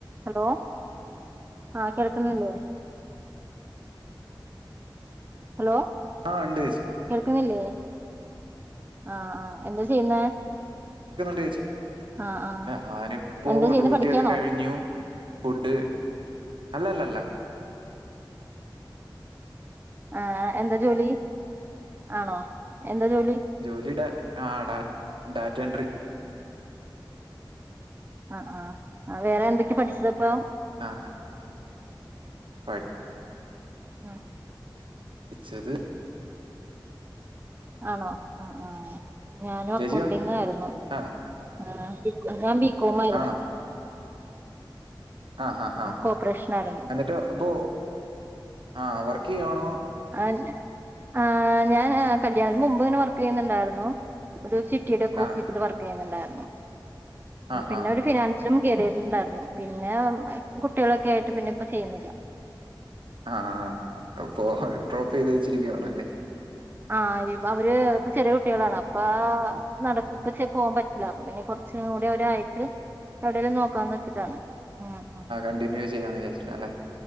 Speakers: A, on the right (about 25°); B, on the right (about 80°).
A: Hello ആഹ് കേൾക്കുന്നില്ലേ hello.
B: ആഹ് ഉണ്ട് ചേചി.
A: കേൾക്കുന്നില്ലേ ആഹ് ആഹ് എന്താ ചെയ്യുന്നേ
B: നുണ്ട്ചേച്ചി
A: ആഹ് ആഹ്
B: ഞാനിപ്പോ
A: എന്താ ചെയ്യുന്നെ
B: ഡ്യൂട്ടിയൊക്കെ
A: പഠിക്കാണോ
B: കഴിഞ്ഞു. ഫുഡ് അല്ല അല്ല അല്ല.
A: ആഹ് എന്താ ജോലി ആണോ എന്താ ജോലി
B: ജോലി ഡ ആഹ് ഡാ ഡാറ്റ എൻട്രി.
A: ആഹ് ആഹ് ആഹ് വേറെ എന്തൊക്കെ പഠിച്ചത്പ്പം.
B: ആഹ് അഹ് <unintelligible>
A: ഉം
B: ഇച്ചത്.
A: ആണോ ആഹ് ആഹ് ഞാനും അക്കൗണ്ടിങ്ങാരുന്നു
B: ചേച്ചിയോ ആ
A: ആഹ്. ഞ ബി കോമായിരുന്നു.
B: ആണോ ആഹ് ഹാ ഹാ
A: കോപ്പറേഷൻ ആയിരുന്നു
B: എന്നിട്ട് ഇപ്പോ ആഹ് വർക്ക് ചെയ്യവാണോ
A: ആഹ് ആഹ് ഞാന് കല്യാണത്തിന് മുമ്പ് ഇങ്ങനെ വർക്ക് ചെയ്യുന്നുണ്ടായിരുന്നു ഒരുപക്ഷെ. കിടക്കോഫീസിൽ
B: ആ
A: വർക്ക് ചെയ്യ്ന്ന്ണ്ടാരുന്നു
B: ആ
A: പിന്നെ
B: ഹാ
A: ഒരു ഫിനാൻസ- ജും കേറീണ്ടുണ്ടാർന്നു പിന്നെ കുട്ടികളൊക്കെ ആയിട്ട് പിന്നെ ഇപ്പ ചെയ്യുന്നില്ല.
B: ആഹ് ആഹ് ആഹ് അപ്പൊ ഡ്രോപ്പ് ചെയ്ത് വെച്ചിരിക്കുവാണല്ലേ?
A: ആഹ ഇബ അവര് ഇപ്പ ചെറിയ കുട്ടികളാണ് അപ്പോ. നടക്കും പക്ഷേ പോകാൻ പറ്റില്ല അപ്പൊ പിന്നെ കുറച്ചും കൂടി ഒരായിട്ട്. എവിടേലും നോക്കാന്ന് വെച്ചിട്ടാണ് ഉം അഹ്
B: കണ്ടിനൂ ചെയ്യാന്ന് വിചാരിച്ചിട്ടാ അല്ലേ